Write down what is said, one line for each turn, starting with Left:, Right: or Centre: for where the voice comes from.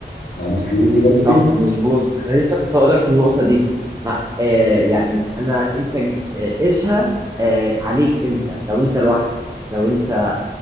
Left: مع مسلمين دي برضه تفرق
Right: صح مظبوط انا لسه كنت هقول لك في النقطه دي ما آه يعني انا انت ج- آه، قيسها آه عليك انت لو انت لوحدك لو انت